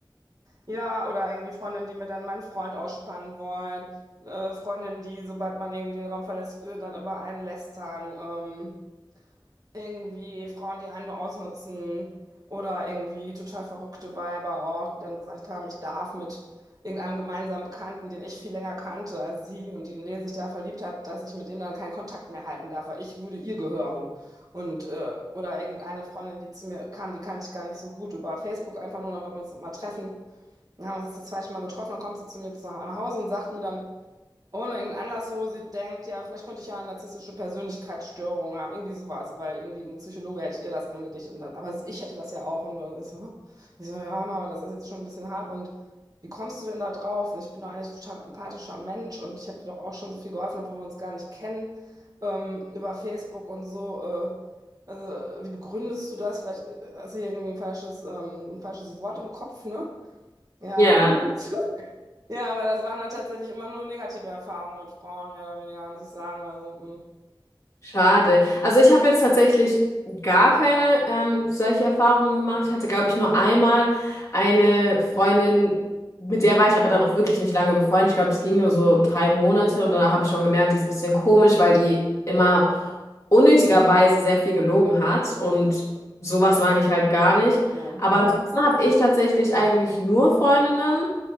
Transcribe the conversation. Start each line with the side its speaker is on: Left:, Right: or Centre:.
Right: ja, oder irgendwie Freundinnen, die mir dann meinen Freund ausspannen wollen. Äh, Freundinnen, die, sobald man irgendwie den Raum verlässt, äh, dann über einen lästern. Ähm, irgendwie Frauen, die einen nur ausnutzen. Oder irgendwie total verrückte Weiber auch, die dann gesagt haben, ich darf mit irgendeinem gemeinsamen Bekannten, den ich viel länger kannte als sie und die, in den sich da verliebt hat, dass ich mit dem dann keinen Kontakt mehr halten darf, weil ich würde ihr gehören. Und, äh, oder irgendeine Freundin, die zu mir kam, die kannte ich gar nicht so gut über Facebook einfach nur, dann wollten wir uns mal treffen. Dann haben wir uns das zweite Mal getroffen, dann kommt sie zu mir zu- nach Hause und sagt mir dann, ohne irgendeinen Anlass so, sie denkt, ja, vielleicht könnte ich ja eine narzisstische Persönlichkeitsstörung haben, irgendwie sowas, weil irgendwie ein Psychologe hätte ihr das angedichtet und dann, aber ich hätte das ja auch und ich so, hä? ich so, ja, Mama, das ist jetzt schon ein bisschen hart und wie kommst du denn da drauf? Und ich bin doch eigentlich ein total empathischer Mensch und ich habe dir doch auch schon so viel geholfen, obwohl wir uns gar nicht kennen, ähm, über Facebook und so, äh, also, wie begründest du das? Vielleicht äh, hast du hier irgendwie ein falsches, ähm, ein falsches Wort im Kopf, ne? Ja.
Left: Ja,
Right: Und, <laughs> ja, aber das waren dann tatsächlich immer nur negative Erfahrungen mit Frauen, mehr oder weniger, muss ich sagen. Also,
Left: schade. Also ich habe jetzt tatsächlich gar keine ähm, solche Erfahrungen gemacht. Ich hatte, glaube ich, nur einmal eine Freundin, mit der war ich aber dann auch wirklich nicht lange befreundet. Ich glaube, es ging nur so drei Monate und da habe ich schon gemerkt, die ist ein bisschen komisch, weil die immer unnötigerweise sehr viel gelogen hat und sowas mag ich halt gar nicht.
Right: mm.
Left: Aber ansonsten habe ich tatsächlich eigentlich nur Freundinnen.